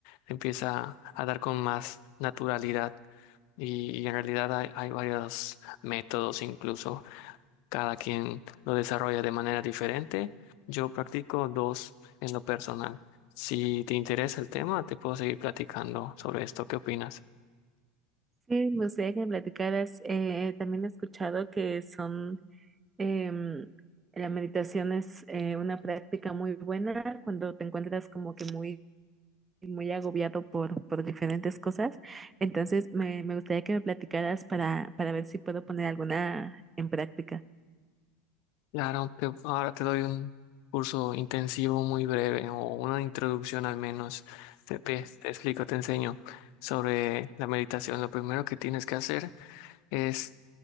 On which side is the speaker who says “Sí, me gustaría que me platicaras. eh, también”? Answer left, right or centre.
Right